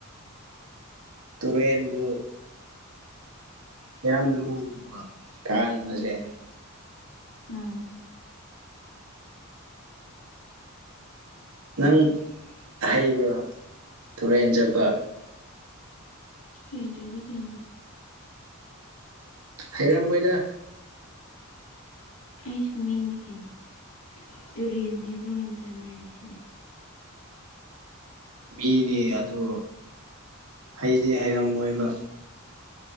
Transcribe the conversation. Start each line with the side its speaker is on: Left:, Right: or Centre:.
Right: ꯇꯨꯔꯦꯟꯕꯨ ꯀꯌꯥꯝ ꯂꯨꯕ ꯀꯥꯟꯕꯁꯦ
Left: ꯎꯝ ꯎꯝ
Right: ꯅꯪ ꯍꯩꯕ꯭ꯔꯣ ꯇꯨꯔꯦꯟ ꯆꯠꯄ
Left: ꯍꯩꯇ꯭ꯔꯗꯤ ꯀꯩꯅꯣ꯫
Right: ꯍꯩꯔꯝꯃꯣꯏꯗ꯫
Left: ꯑꯩꯁꯨ ꯃꯤꯅꯤ ꯀꯩꯅꯣ ꯇꯨꯔꯦꯟꯁꯤ ꯂꯣꯏꯅ ꯆꯠꯅꯔꯤꯁꯤꯅꯦ
Right: ꯃꯤꯅꯤ ꯑꯗꯨ ꯍꯩꯗꯤ ꯍꯩꯔꯝꯃꯣꯏꯕ